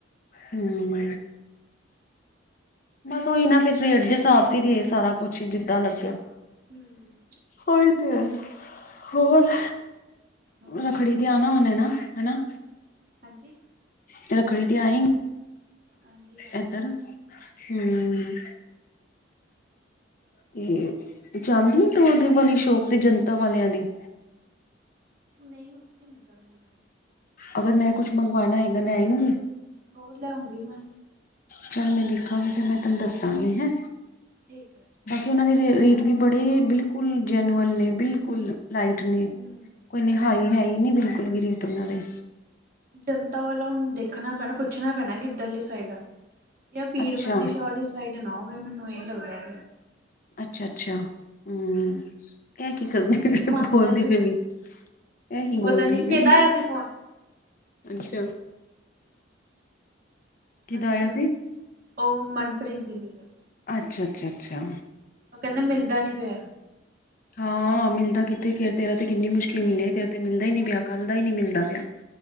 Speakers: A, on the left; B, on the right.
A: ਹਮ ਬੱਸ ਉਹੀ ਨਾ ਫਿਰ ਰੇਟ ਦੇ ਹਿਸਾਬ ਸੀ ਰੇ ਸਾਰਾ ਕੁੱਛ ਹੀ ਜਿੱਦਾਂ ਲੱਗਿਆ
B: <inaudible>
A: ਉਹੀ ਤੇ ਹੈ ਹੋਰ
B: ਬਹੁਤ
A: ਰੱਖੜੀ
B: ਵਧੀਆ
A: ਤੇ ਆਨਾ ਉਹਨੇ ਨਾਂ ਹਨਾ
B: ਹਾਂਜੀ
A: ਤੇ ਰੱਖੜੀ ਤੇ ਆਏਂਗੀ
B: ਹਾਂਜੀ ਆਣਾ
A: ਇੱਧਰ
B: ਹੈ
A: ਹਮ
B: ਆਣਾ ਹੈ
A: ਤੇ ਜਾਂਦੀ ਏ ਤੂੰ ਉਦੇ ਵਾਲੀ ਸ਼ੋਪ ਦੀ ਜਨਤਾ ਵਾਲਿਆਂ ਦੀ,
B: ਨਹੀਂ ਉੱਥੇ ਨੀ ਜਾਂਦੀ
A: ਅਗੱਰ ਮੈਂ ਕੁੱਛ ਮੰਗਵਾਨਾ ਹੈਏਗਾ ਲ ਐ ਆਏਂਗੀ
B: ਹੋਰ ਲੇ ਆਉਂਗੀ ਮੈਂ
A: ਚੱਲ ਮੈਂ ਦੇਖਾਂਗੀ ਫਿਰ ਮੈਂ ਤੁਹਾਨੂੰ ਦੱਸਾਂਗੀ ਹੈਂ।
B: ਠੀਕ ਹੈ।
A: ਬਾਕੀ ਉਹਨਾਂ ਦੇ ਰੇਟ ਵੀ ਬੜੇ ਬਿਲਕੁੱਲ ਜੈਨੂਅਨ ਨੇ ਬਿਲਕੁੱਲ ਲਾਈਟ ਨੇ,
B: ਹਮ
A: ਕੋਈ ਨੀ ਹਾਈ ਹੈ ਹੀ ਨਹੀਂ ਬਿਲਕੁਲ ਵੀ ਰੇਟ ਉਹਨਾਂ ਦੇ
B: ਜੰਨਤਾ ਵਾਲਿਆਂ ਦੇਖ ਦੇਖਣਾ ਪੈਣਾ ਪੁੱਛਣਾ ਪੈਣਾ ਕਿੱਧਰੀ ਸਾਈਡ ਆ ਜਾਂ ਪੀਰ
A: ਅੱਛਾ
B: ਮੱਦੀ ਸ਼ਾਹੀ ਸਾਈਡ ਨਾ ਹੋਵੇ ਮੈਨੂੰ ਇਹ ਲੱਗਦਾ ਕਿ
A: ਅੱਛਾ ਅੱਛਾ ਹਮ ਇਹ ਕੀ ਕਰਦੀ
B: ਪ੍ਰੀਤ
A: ਪਈ
B: ਮਾਮੀ
A: ਬੋਲਦੀ
B: ਦਾ
A: ਪਈ ਵੀ ਇਹ ਕੀ ਬੋਲਦੀ
B: ਪਤਾ ਨੀ ਕਿਹਦਾ
A: ਪਈ
B: ਆਇਆ ਸੀ ਫੋਨ
A: ਅੱਛਾ ਕਿਦਾ
B: ਅੱਛਾ
A: ਆਇਆ ਸੀ?
B: ਉਹ ਮਨਪ੍ਰੀਤ ਦੀਦੀ ਦਾ
A: ਅੱਛਾ ਅੱਛਾ ਅੱਛਾ
B: ਉਹ ਕਹਿੰਦਾ ਮਿਲਦਾ ਨੀ ਪਿਆ,
A: ਹਾਂ ਮਿਲਦਾ ਕਿੱਥੇ ਫਿਰ ਤੇਰਾ ਤੇ ਕਿੰਨੀ ਮੁਸ਼ਕਿਲ ਮਿਲਦੇ ਤੇਰਾ ਤੇ ਮਿਲਦਾ ਹੀ ਨਹੀਂ ਤੇਰਾ ਕੱਲ ਦਾ ਹੀ ਨਹੀਂ ਮਿਲਦਾ ਪਿਆ